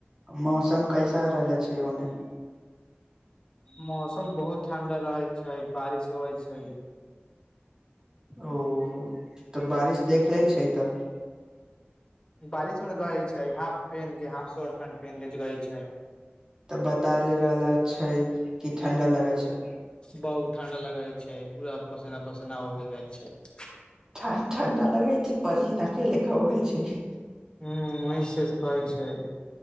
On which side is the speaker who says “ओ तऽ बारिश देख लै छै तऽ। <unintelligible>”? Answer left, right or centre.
Right